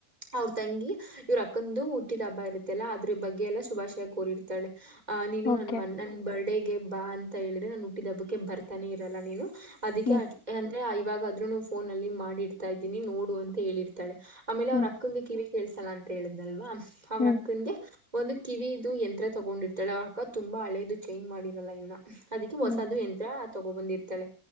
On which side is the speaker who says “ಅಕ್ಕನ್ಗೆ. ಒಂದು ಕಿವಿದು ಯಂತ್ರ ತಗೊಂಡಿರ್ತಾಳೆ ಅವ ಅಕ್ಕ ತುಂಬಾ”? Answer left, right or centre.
Right